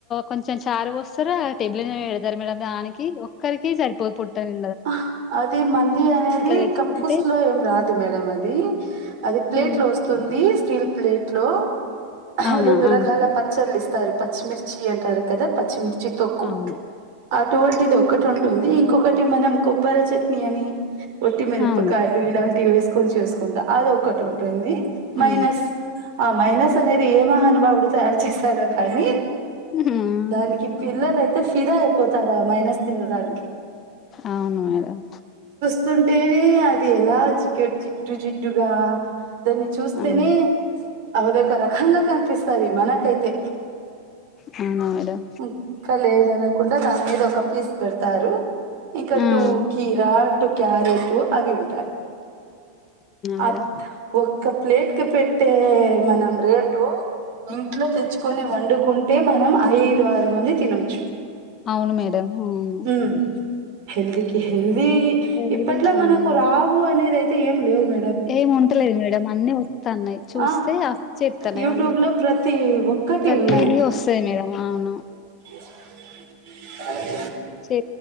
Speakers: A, on the left; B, on the right.
A: కొంచెం చారు పోస్తారు టేబుల మీద పెడతారు మేడమ్ దానికి కి ఒక్కరికి సరిపోదు పొట్ట నీ
B: ఆహ్ అది మంది అనేది
A: తెచ్చుకుంటే
B: కప్పుస్లో ఏం రాదు మేడమ్ అది అది ప్లేట్
A: హ్మ్.
B: లో వస్తుంది స్టీల్ ప్లేట్ లో ఆహ్
A: అవునా
B: రెండు
A: అవును
B: రకాల పచ్చళ్ళు ఇస్త తార్ పచ్చిమిర్చి అంటారు కదా పచ్చిమిర్చి తొక్కు
A: అవును
B: అటువంటిది ఒక్ ఒకటి ఉంటుంది ఇంకొకటి మనం కొబ్బర చట్నీ అని ఒట్టి మిరపకాయలు
A: అవును
B: ఇలాంటి వేసుకు కొనిచేసుకుంటా అది ఒకటి ఉంటుంది మైనస్
A: ఆ
B: ఆ మైనస్ అనేది ఏ మహానుభావుడు తయారు చేస్తాడో కానీ
A: హ్మ్.
B: దానికి పిల్లలయితే ఫిదా అయిపోతారా మైనస్ తినడానికి
A: అవును మేడమ్
B: చుస్తుంటివి అది ఎలా జిగేడ్ జిడ్డు జిడ్డుగా దాన్ని చూస్తేనే
A: అవును
B: అదొక రకంగా కనిపిస్తంది మనకైతే
A: అవునా మేడం
B: ముక్క లేదనకుండా దాని మీద ఒక పీస్ పెడతారు ఇంకా
A: అవునా
B: టూ కీరా టూ క్యారెటు అవి ఉంటాయి
A: మేడం
B: అద్ ఒక్క ప్లేట్ కి పెట్టే మనం రేటు ఇంట్లో తెచ్చుకొని వండుకుం టే మనం ఐదు ఆరు మంది తినొచ్చు
A: అవును మేడం అవును
B: ఉమ్ హెల్దీకి హెల్దీ
A: హెల్దీ
B: ఇప్పట్లో మనకు
A: అవును మేడం
B: రావు అనేది అయితే ఏం లేవు మే
A: ఏం ఉంటలేదు మేడం అన్ని వస్తన్నాయి చూస్తే
B: ఆ
A: వచ్చేత్తన్నాయి
B: యూట్యూబ్
A: అన్నీ
B: లో ప్రతి ఒక్కటి
A: ప్రతిదీ
B: ఉన్నాయి
A: వస్తది మేడం అవును
B: చాయన్న తాగి
A: చే